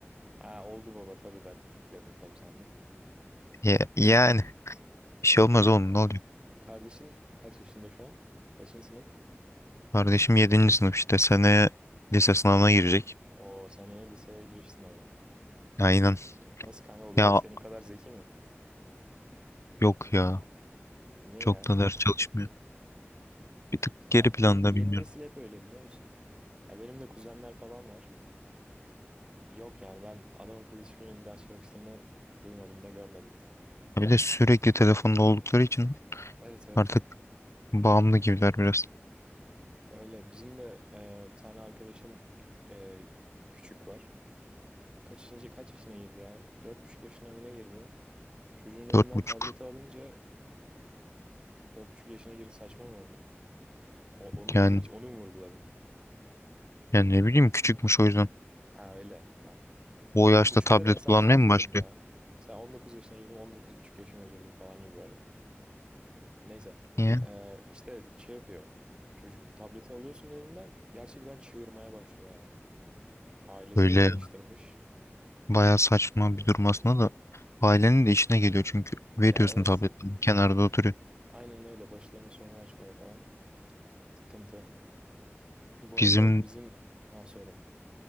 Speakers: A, on the right (about 20°); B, on the left (about 90°).
A: ha oldu baba tabii de, dedin tabii sen de.
B: Ya, yani bir şey
A: Şey,
B: olmaz oğlum ne oluyor?
A: kardeşin kaç yaşında şu an? Kaçıncı sınıf?
B: Kardeşim yedinci sınıf işte seneye lise sınavına girecek.
A: O seneye liseye giriş sınavı.
B: Aynen.
A: Nasıl kanka o da
B: Ya
A: ki senin kadar zeki mi?
B: yok ya
A: Niye
B: çok
A: ya?
B: da ders çalışmıyor. Bir tık
A: Ya
B: geri
A: yeni,
B: planda
A: yeni
B: bilmiyorum.
A: nesil hep öyle biliyor musun? Ya benim de kuzenler falan var. Yok yani ben adam akıllı hiçbirinin ders çalıştığını duymadım da görmedim de.
B: Ya Bir de sürekli telefonda oldukları için
A: Evet evet
B: artık bağımlı gibiler biraz.
A: öyle. Bizim de e, bir tane arkadaşın e, küçük var. Kaçıncı kaç yaşına girdi ya? Dört buçuk yaşına mı ne girdi? Çocuğun elinden
B: Dört buçuk.
A: tableti alınca dört buçuk yaşına girdi saçma mı oldu? O, onun, onun,
B: yani
A: için- onu mu vurguladın?
B: yani ne bileyim küçükmüş o yüzden.
A: Ha öyle tamam.
B: o yaşta
A: Ben buçukları
B: tablet
A: hesaba
B: kullanmaya
A: katıyorum
B: mı başlıyor?
A: ya. Mesela 19 yaşına girdim 19 buçuk yaşıma girdim falan gibi böyle. Neyse
B: Niye?
A: e, işte şey yapıyor. Çocuk tableti alıyorsun elinden gerçekten çığırmaya başlıyor yani. Ailesi
B: Böyle
A: öyle alıştırmış.
B: bayağı saçma bir durum aslında da ailenin de işine geliyor çünkü
A: Ya
B: veriyorsun
A: evet
B: tableti kenarda oturuyor.
A: Aynen öyle. Başlarına sorun açmıyor falan. Sıkıntı. Bu arada
B: Bizim
A: bizim... Ha söyle.